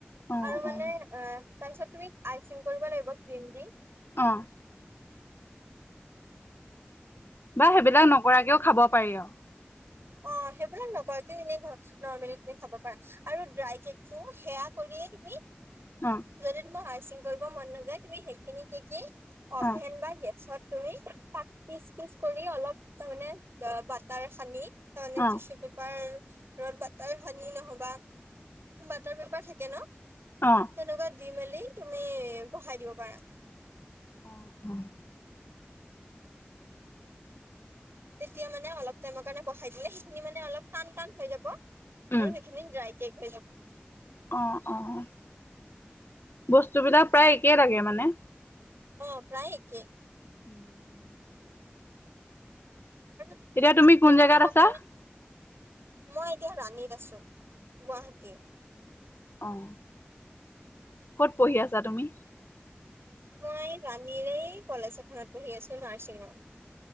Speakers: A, on the left; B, on the right.
A: অ',
B: আৰু মানে
A: অ',
B: তাৰপিছত তুমি আইচিং কৰিব লাগিব ক্ৰীম দি।
A: অ'। বা সেইবিলাক নকৰাকেও খাব পাৰি আৰু।
B: অ, সেইবিলাক নক ক, এনেই নৰ্মেলি তুমি খাব পাৰা আৰু ড্ৰাই জেকটো সেয়া কৰিয়ে তুমি
A: অ'।
B: যদি তোমাৰ আইচিং কৰিব মন নাযায় তুমি সেইখিনি কে কি অভেন
A: অ',
B: বা গেছত তুমি তাত পিচ, পিচ কৰি অলপ তাৰমানে বাটাৰ সানি তাৰমানে
A: অ',
B: কিচু পেপাৰ ৰদ বাটাৰ ভানি নহবা বাটাৰ পেপাৰ থাকে ন।
A: অ'।
B: তেনেকুৱা দি মেলি তুমি বহাই দিব পাৰা।
A: অ', অ'।
B: তেতিয়া মানে অলপ টাইমৰ কাৰণে বহাই দিলে সেইখিনি মানে অলপ টান, টান হৈ যাব
A: উম,
B: আৰু সেইখিনি ড্ৰাই কেক হৈ যাব।
A: অ', অ', বস্তু বিলাক প্ৰায় একেই লাগে মানে।
B: অ, প্ৰায়কে।
A: উম, উম।
B: আৰু
A: এতিয়া তুমি
B: কাত
A: কোন
B: কেক
A: জেগাত
B: বনাব
A: আছা?
B: কাৰণে মই এতিয়া ৰাণীত আছো গুৱাহাটীৰ।
A: অ'। ক'ত পঢ়ি আছা তুমি?
B: মই ৰাণীৰে কলেজ এখনত পঢ়ি আছো নাৰ্ছিঙৰ।